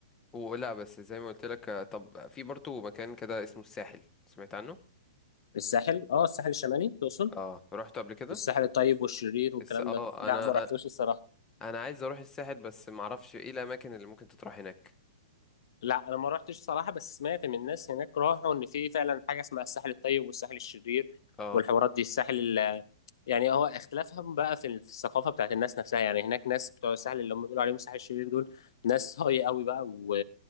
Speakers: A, on the left; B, on the left.
A: ولا بس زي ما قلت لك آه، طب في برضو مكان كده اسمه الساحل سمعت عنه؟
B: الساحل اه الساحل الشمالي تقصد
A: اه رحت قبل كده؟
B: الساحل الطيب والشرير والكلام
A: بس اه
B: ده لا
A: انا
B: ما رحتوش الصراحه
A: انا عايز اروح الساحل بس معرفش ايه الاماكن اللي ممكن تتراح هناك
B: لا انا ما رحتش صراحه بس سمعت من الناس هناك راحوا ان في فعلا حاجه اسمها الساحل الطيب والساحل الشرير
A: اه
B: والحوارات دي الساحل ال- يعني هو اختلافهم بقى في ال- في الثقافه بتاعت الناس نفسها يعني هناك ناس بتوع الساحل اللي هم بيقولوا عليهم الساحل الشرير دول ناس هاي قوي بقى و...